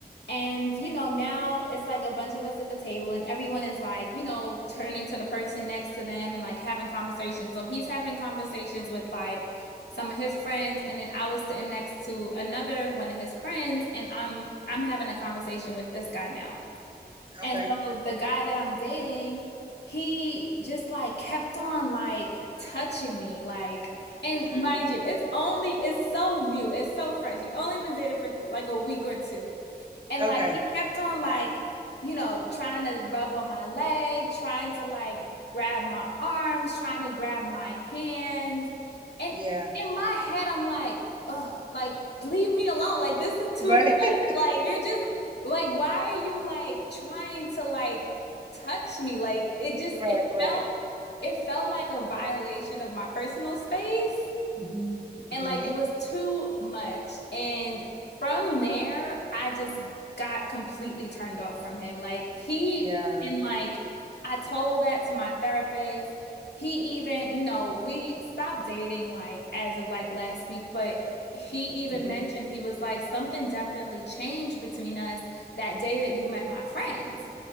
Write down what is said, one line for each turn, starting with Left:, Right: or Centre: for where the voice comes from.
Left: And, you know, now it's like a bunch of us at the table, and everyone is like, you know, turning to the person next to them and like having conversations. So he's having conversations with like some of his friends, and then I was sitting next to another one of his friends, and I'm I'm having a conversation with this guy now. And
Right: Okay.
Left: so the guy that I'm dating, he just like kept on like touching me, like, and
Right: hmm
Left: mind you, it's only, it's so new, it's so fresh. We only been dating for like a week or two. And
Right: Okay.
Left: like he kept on like, you know, trying to rub on my leg, trying to like grab my arms, trying to grab my hands. And
Right: Yeah.
Left: in my head, I'm like, ugh, like leave me alone. Like this is too
Right: Right.
Left: much.
Right: <laughs>
Left: Like you're just like, why are you like trying to like touch me? Like it just
Right: Right.
Left: it
Right: Right.
Left: felt it felt like a violation of my personal space.
Right: Mhm. Mhm.
Left: And like it was too much. And from there, I just got completely turned off from him. Like he,
Right: Yeah.
Left: and like I told that to my therapist. He even, you know, we stopped dating like as of like last week, but he even
Right: Mhm.
Left: mentioned he was like, something definitely changed between us that day that you met my friends.